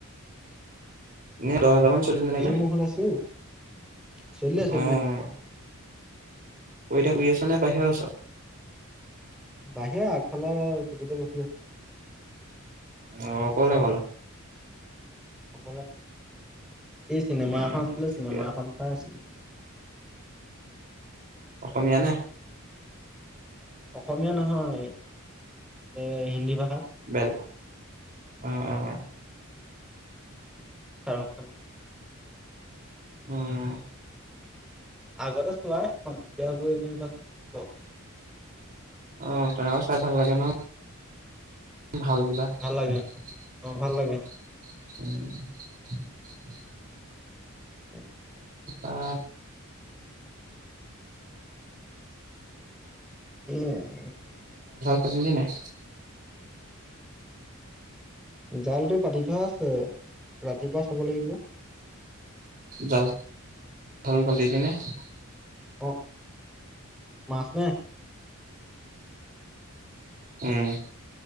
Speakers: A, on the right; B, in the centre.
A: এ দহ হজাৰ মান চলিলে
B: ধেৰ
A: নেকি নে?
B: মহ ওলাইছে অ'। চলিলে চলিলে
A: অহ। তয় এতিয়া শুই আছ নে বাহিৰত আছ?
B: বাহিৰা আগফালে চখিতে বহি আছো।
A: অ ক'লে হ'ল।
B: অক এই চিনেমা
A: উম
B: এখন আছিলে
A: ঠিকে
B: চিনেমা
A: আছে।
B: এখন চাই আছিলে।
A: অসমীয়ানে?
B: অসমীয়া নহয় এ হিন্দী ভাষ
A: বেল অ অ অ।
B: চাহৰ খানো
A: উম।
B: আগতে চোৱা সেইখন এতিয়া লৈ এনেই এবাৰ চাই দিব।
A: অ, তেনে ছায় ভাল লাগে ন? ভাল দিবা।
B: ভাল লাগে
A: <unintelligible>
B: অ ভাল লাগে। তাক
A: অ
B: উম।
A: বুজিলি নাই?
B: জালতটো পাতি থোৱা আছে, ৰাতিপুৱা চাব লাগিব।
A: জাল <unintelligible>
B: অ', মাছ নে?
A: উম